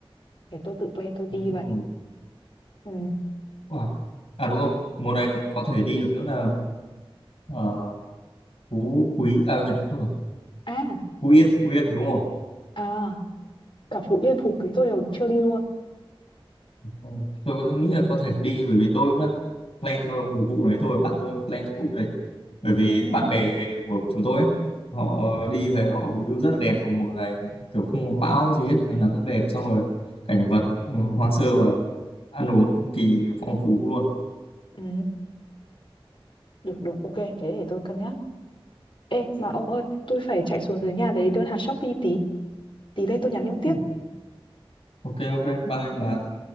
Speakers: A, on the left; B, on the left.
A: để tôi tự plan tôi
B: Tô
A: đi vậy ừ
B: Wow. À đúng không? Mùa này còn có thể đi được nữa là uh, Phú Quý à nhầm, không phải,
A: À,
B: Phú Yên, Phú Yên đúng không?
A: à, cả Phú Yên, Phú Quý tôi đều chưa đi luôn.
B: Ờ, Tôi có nghĩ là có thể đi bởi vì tôi cũng đang plan cho cái vụ đấy thôi, bạn tôi đang plan cho vụ đấy. Bởi vì
A: Ừ,
B: bạn bè của chúng tôi ấy, họ đi về họ view rất là đẹp vào mùa này, kiểu không có bão gì hết mà nắng đẹp xong rồi cảnh vật ừ, hoang sơ và ăn uống cực kỳ phong phú luôn.
A: ừ, được, được, ok, thế để tôi cân nhắc. Ê, mà ông ơi, tôi phải chạy xuống dưới nhà lấy đơn hàng Shopee tí. Tí lên tôi nhắn ông tiếp.
B: Ừ, Ok ok, bye bà.